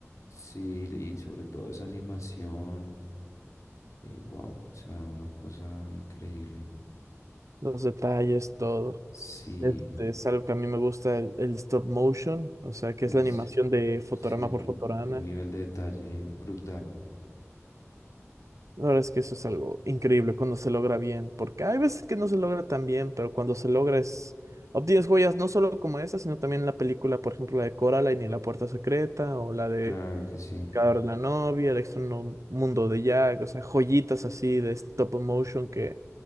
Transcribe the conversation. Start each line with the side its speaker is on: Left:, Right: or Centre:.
Left: sí, y sobre todo esa animación. wow, o sea, una cosa increíble.
Right: Los detalles, todo.
Left: Sí,
Right: Este es algo que a mí me gusta, el, el stop motion, o sea, que
Left: en
Right: es la animación
Left: sí,
Right: de fotograma
Left: sí,
Right: por fotograma
Left: un nivel de detalle brutal.
Right: La verdad es que eso es algo increíble cuando se logra bien, porque hay veces que no se logra tan bien, pero cuando se logra es... Obtienes joyas no solo como esa, sino también la película, por ejemplo, la de Coraline y la Puerta Secreta, o la de
Left: Claro que sí.
Right: Carla la Novia, el extraño mundo de Jack, o sea, joyitas así de stop motion que